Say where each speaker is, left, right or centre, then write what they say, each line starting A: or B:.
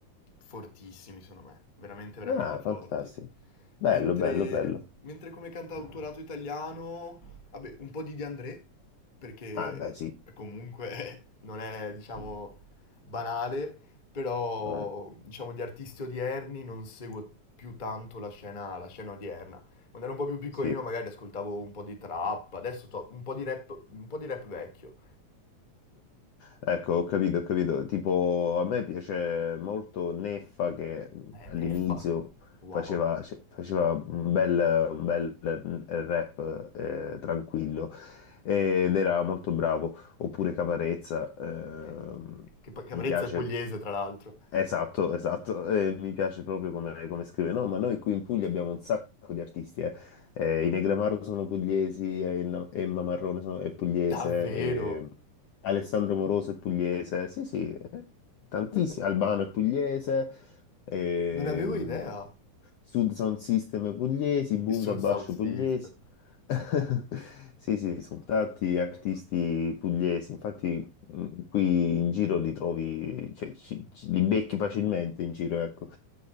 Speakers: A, on the left; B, on the left.
A: fortissimi, secondo me, veramente, veramente
B: Ah,
A: forti.
B: fantastico. Bello,
A: Mentre,
B: bello, bello.
A: mentre come cantautorato italiano, vabbè, un po' di De André, perché
B: Ah, beh, sì.
A: comunque <laughs> non è, diciamo, banale, però,
B: Eh,
A: diciamo, di artisti odierni non seguo più tanto la scena, la scena odierna. Quando ero un po' più piccolino
B: sì.
A: magari ascoltavo un po' di trap, adesso to- un po' di rap, un po' di rap vecchio.
B: Ecco, ho capito, ho capito. Tipo, a me piace molto Neffa che
A: Eh,
B: all'inizio
A: Neffa, wow.
B: faceva, cioè, faceva un bel, un bel rap eh, tranquillo ed era molto bravo. Oppure Caparezza, ehm,
A: Eh, Che, pa- Caparezza
B: mi piace
A: è pugliese, tra l'altro.
B: Esatto, esatto, eh, mi piace proprio come, come scrive. No, ma noi qui in Puglia abbiamo un sacco di artisti, eh. Eh, i Negramaro sono pugliesi, eh, no- Emma Marrone sono- è pugliese,
A: Davvero?
B: eh, Alessandro Moroso è pugliese, sì sì, eh, tantissimi,
A: Non,
B: Albano è pugliese, ehm,
A: non avevo idea.
B: Sud Sound System è pugliesi, Bundabash
A: Il Sud South System.
B: pugliesi. <laughs> Sì, sì, sono tanti artisti pugliesi, infatti Mm, Qui in giro li trovi, cioè, ci- ci- li becchi facilmente in giro, ecco.